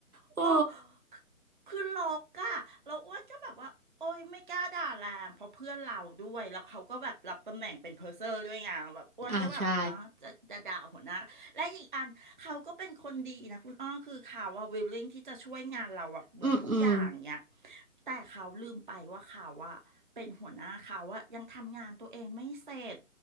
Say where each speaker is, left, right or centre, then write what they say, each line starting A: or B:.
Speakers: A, on the right; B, on the right.
A: โอ้
B: อ๋อคือคือลกอะเราอ้วนก็แบบว่าโอ้ยไม่กล้าด่าแรง เพราะเพื่อนเราด้วยแล้วเขาก็แบบรับตำแหน่งเป็นเพอร์เซอร์ด้วยไงแบบอ้วนก็แบบอ๋อจะจะด่าหัวหน้า
A: อ่าใช่
B: และอีกอันเขาก็เป็นคนดีนะคุณอ้อคือเขาว่าวิลลิ่งที่จะช่วยงานเราอะเหมือนทุกอย่างเนี้ย
A: อืม อืม
B: แต่เขาลืมไปว่าเขาอะเป็นหัวหน้าเขาอะยังทำงานตัวเองไม่เสร็จ